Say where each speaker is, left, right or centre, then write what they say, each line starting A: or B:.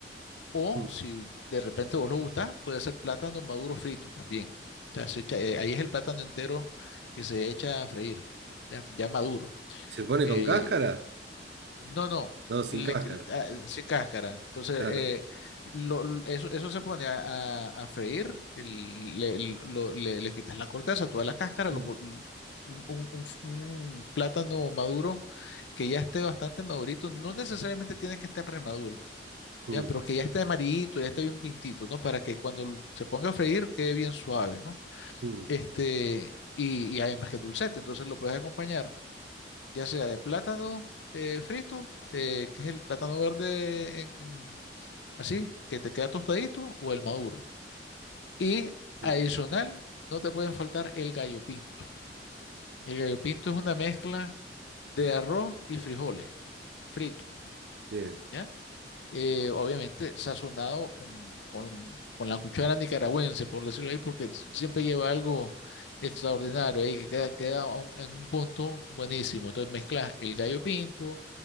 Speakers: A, on the left; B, on the right.
A: o
B: mm.
A: si de repente vos lo gustás, puede ser plátano maduro frito también. O sea, se echa- eh, ahí es el plátano entero que se echa a freír, ya, ya maduro.
B: ¿Se pone
A: Eh,
B: con cáscara?
A: no, no,
B: No,
A: le-
B: sin cáscara,
A: ah, eh, sin cáscara. Entonces,
B: claro.
A: eh, lo- lo- eso, eso se pone a, a- a freír, el- le, lo- le- le quitas la corteza, toda la cáscara, lo
B: Mm,
A: po- un, un- un plátano maduro que ya esté bastante madurito, no necesariamente tiene que estar remaduro,
B: mm,
A: ya, pero que ya esté amarillito, ya esté bien pintito, ¿no? Para que cuando se ponga a freír quede bien suave, ¿no?
B: mm,
A: Este, y, y además que es dulcete, entonces lo puedes acompañar ya sea de plátano eh, frito, eh, que es el plátano verde en- en- así, que te queda tostadito, o el maduro. Y adicional,
B: mm.
A: no te pueden faltar el gallo pinto. El gallo pinto es una mezcla de arroz y frijoles fritos,
B: Bien.
A: ¿ya? eh, obviamente sazonado con, con- con la cuchara nicaragüense, por decirlo ahí, porque siempre lleva algo extraordinario ahí, que queda, queda a un- en un punto buenísimo. Entonces mezclas el gallo pinto,